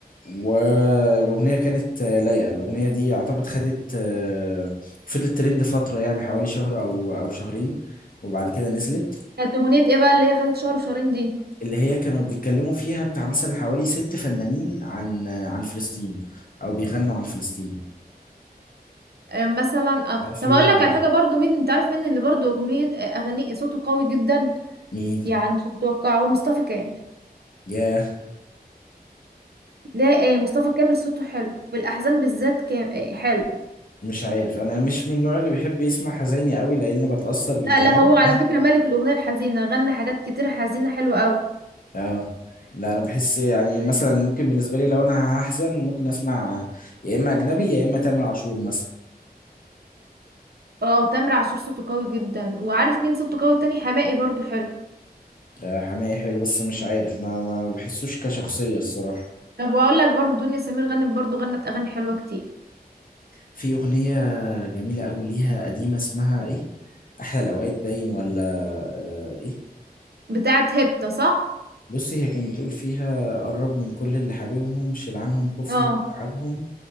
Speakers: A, on the left; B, on the right.
A: والاغنيه كانت آه، لايقه الاغنيه دي اعتقد خدت آه فضلت ترند فتره يعني حوالي شهر او او شهرين وبعد كده نزلت
B: كانت أغنية إيه بقى اللي هي خدت شهر وشهرين دي
A: اللي هي كانوا بيتكلموا فيها بتاع مثلا حوالي ست فنانين عن آه، عن فلسطين او بيغنوا عن فلسطين
B: آه، مثلا اه
A: عارف
B: طب
A: هي
B: أقول
A: ولا
B: لك على
A: لا
B: حاجة برضو مين أنت عارف مين اللي برضو أغنية آه، أغاني صوته قوي جدا
A: مين
B: يعني مش هتتوقعه هو مصطفى كامل
A: ياه
B: لا آه، مصطفى كامل صوته حلو في الأحزان بالذات كام آه، حلو
A: مش عارف انا مش من النوع اللي بيحب يسمع حزيني قوي لان بتأثر بالكلام
B: لا لا هو على فكرة ملك الأغنية الحزينة غنى حاجات كتير حزينة حلوة أوي
A: اه لا انا بحس يعني مثلا ممكن بالنسبه لي لو انا هحزن ممكن اسمع يا اما اجنبي يا اما تامر عاشور مثلا
B: اه تامر عاشور صوته قوي جدا وعارف مين صوته قوي تاني حماقي برضو حلو
A: آه، حماقي حلو بس مش عارف ما ما بحسوش كشخصيه الصراحه
B: طب واقول لك برضو دنيا سمير غنت برضو غنت اغاني حلوه كتير
A: في اغنيه جميله قوي ليها قديمه اسمها ايه احلى الاوقات باين ولا آه، ايه
B: بتاعت هيبتا صح
A: بصي هي كانت بتقول فيها قرب من كل اللي حبيبهم شيل عنهم خوفهم
B: اه
A: تعبهم